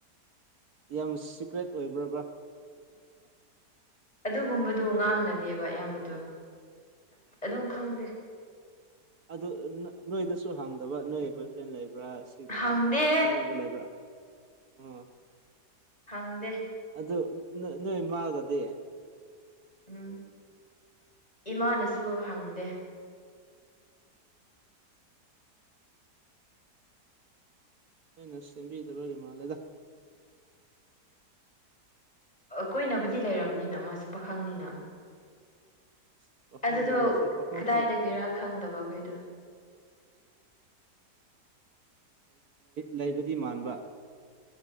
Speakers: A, on the right (about 65°); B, on the left (about 20°).
A: ꯌꯥꯝ ꯁꯤꯀ꯭ꯔꯦꯠ ꯑꯣꯏꯕ꯭ꯔꯕ꯭ꯔꯥ
B: ꯑꯗꯨꯒꯨꯝꯕꯗꯨ ꯉꯥꯡꯅꯗꯦꯕ ꯑꯌꯥꯝꯕꯗꯣ ꯑꯗꯨꯝ ꯈꯪꯗꯦ
A: ꯑꯗꯨ ꯅꯣꯏꯗꯁꯨ ꯍꯥꯡꯗꯕ ꯅꯣꯏ ꯕꯣꯏ ꯐ꯭ꯔꯦꯟ ꯂꯩꯕ꯭ꯔꯥ ꯁꯤꯒꯨꯝꯕ
B: ꯍꯪꯗꯦ
A: ꯈꯪꯅꯕ ꯂꯩꯕ꯭ꯔꯥ ꯑꯥ
B: ꯍꯪꯗꯦ
A: ꯑꯗꯨ ꯅꯣꯏ ꯃꯥꯒꯗꯤ
B: ꯎꯝ ꯏꯃꯥꯅꯁꯨ ꯍꯪꯗꯦ
A: ꯑꯩꯅ ꯁꯦꯝꯕꯤꯗꯔꯣꯏꯔꯤ ꯃꯥꯜꯂꯦꯗ
B: ꯀꯣꯏꯅꯕꯗꯤ ꯂꯩꯔꯕꯝꯅꯤꯅ ꯃꯥꯁꯨ ꯄꯥꯈꯪꯅꯤꯅ
A: <inaudible>
B: ꯑꯗꯨꯗꯣ
A: ꯑꯣꯏꯔꯁꯨ ꯄꯥꯈꯪꯈꯣꯏ
B: ꯀꯗꯥꯏꯗꯒꯤꯔ ꯈꯪꯗꯕ ꯑꯩꯈꯣꯏꯗꯣ
A: ꯂꯩꯕꯗꯤ ꯃꯥꯟꯕ